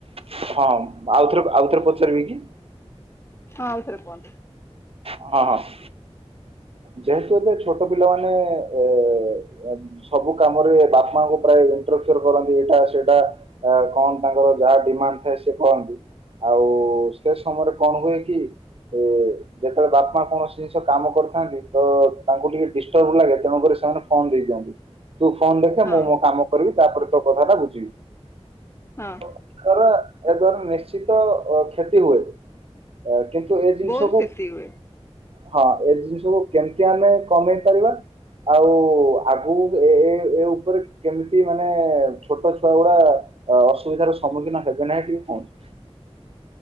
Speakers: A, on the right; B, on the left.
A: ହଁ ହଁ ଆଉଥରେ ଆଉଥରେ ପଚାରିବି କି?
B: ହଁ ଆଉ ଥରେ କୁହନ୍ତୁ।
A: ହଁ ହଁ ଯେହେତୁ ଏବେ ଛୋଟ ପିଲାମାନେ ଏ ସବୁ କାମରେ ବାପାଙ୍କୁ ପ୍ରାୟ <unintelligible> କରନ୍ତି ଏଇଟା ସେଇଟା। ଆ କଣ ତାଙ୍କର ଯାହା ଡିମାଣ୍ଡ ଥାଏ ସେ କହନ୍ତି। ଆଉ ସେ ସମୟରେ କଣ ହୁଏ କି ଏ ଯେତେବେଳେ ବାପା କୌଣସି ଜିନିଷ କାମ କରୁ ତ ତାଙ୍କୁ ଟିକେ ଡିଷ୍ଟର୍ବ ଲାଗେ ତେଣୁକରି ସେମାନେ ଫୋନ ଦେଇ ଦିଅନ୍ତି। ତୁ ଫୋନ ଦେଖେ
B: ହଁ
A: ମୁଁ ମୋ କାମ କରିବି ତାପରେ ତୋ କଥାଟା ବୁଝିବି।
B: ହଁ।
A: <inaudible> ନିଶ୍ଚିତ କ୍ଷତି ହୁଏ କିନ୍ତୁ ଏ ଜିନିଷକୁ
B: ବହୁତ କ୍ଷତି ହୁଏ।
A: ହଁ ଏ ଜିନିଷକୁ କେମିତି ଆମେ କମେଇ ପାରିବା ଆଉ ଆଗକୁ ଏ ଏ ଏ ଉପରେ କେମିତି ମାନେ ଛୋଟ ଛୁଆ ଗୁଡା ଅ ଅସୁବିଧାର ସମ୍ମୁଖୀନ ହେବେ ନାହିଁ ଟିକେ କୁହନ୍ତୁ।